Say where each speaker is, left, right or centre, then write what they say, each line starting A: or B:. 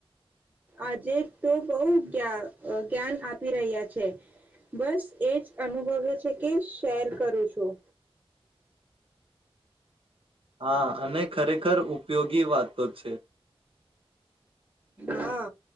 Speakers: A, on the right; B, on the right.
A: આજે તો બોવ જ્ઞા અ જ્ઞાન આપી રહ્યા છે. બસ એજ અનુભવ્યો છે કે શેર કરું છું.
B: હા, અને ખરેખર ઉપયોગી વાતો છે.
A: હા,